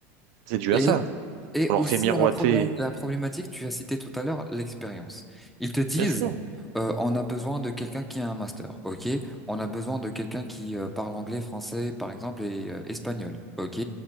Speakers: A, on the right; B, in the centre.
A: C'est dû
B: Et,
A: à ça.
B: oui, et
A: On leur
B: aussi
A: fait miroiter.
B: à la, probé- la problématique, tu as cité tout à l'heure l'expérience. Ils te disent,
A: Bien sûr,
B: euh, on a besoin de quelqu'un qui a un master, ok? On a besoin de quelqu'un qui euh, parle anglais, français, par exemple, et euh, espagnol, ok?